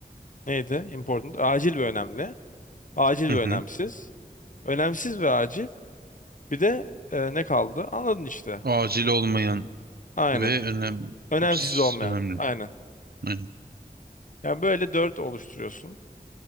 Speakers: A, on the left; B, on the right.
A: neydi? Important. Acil ve önemli. Acil
B: Hı
A: ve önemsiz.
B: hı.
A: Önemsiz ve acil. Bir de e, ne kaldı? Anladın işte.
B: Acil olmayan
A: Aynen.
B: ve önem
A: Önemsiz
B: Ps,
A: olmayan.
B: önemli.
A: Aynen.
B: Aynen.
A: Yani böyle dört oluşturuyorsun.